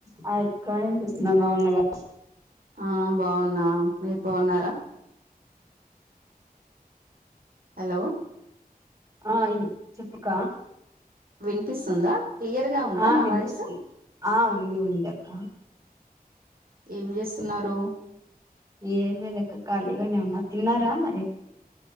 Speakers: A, on the right; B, on the right.
A: Hi అక్క ఏం చేస్తున్న బాన్నవా
B: ఆ బాన్నా మీరు బావున్నారా హలో
A: ఆ ఇన్ చెప్పుక
B: వినిపిస్తుందా క్లియర్ గా ఉందా
A: ఆ
B: నా
A: వినిపిస్తున్
B: వాయిస్
A: ఆ ఉంది ఉందక్క
B: ఏం జేస్తున్నారు
A: ఏమి లేదక్కా ఖాళీగానే ఉన్నా తిన్నారా మరి